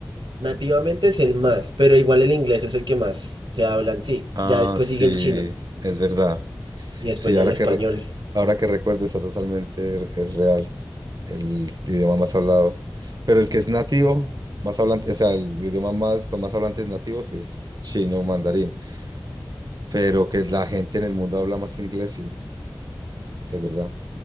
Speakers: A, on the right; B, on the right.
A: Nativamente es el más, pero igual el inglés es el que más se habla en sí.
B: Ah,
A: Ya después
B: sí,
A: sigue el chino
B: es verdad.
A: y después
B: Sí, ahora
A: ya el español.
B: que, re- ahora que recuerdo está totalmente, r- es real el idioma más hablado. Pero el que es nativo, más hablante, o sea, el idioma más con más hablantes nativos es chino, mandarín. Pero que la gente en el mundo habla más inglés, sí, es verdad.